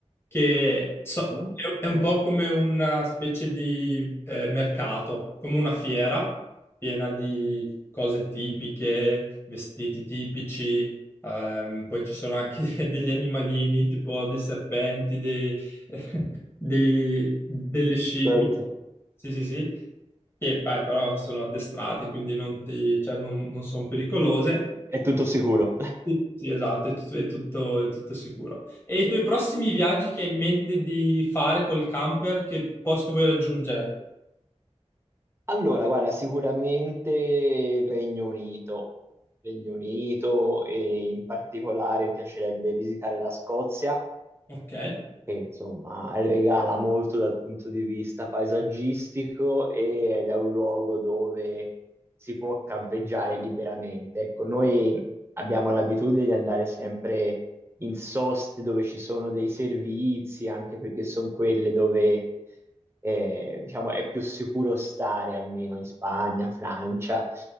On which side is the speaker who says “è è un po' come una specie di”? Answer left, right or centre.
Left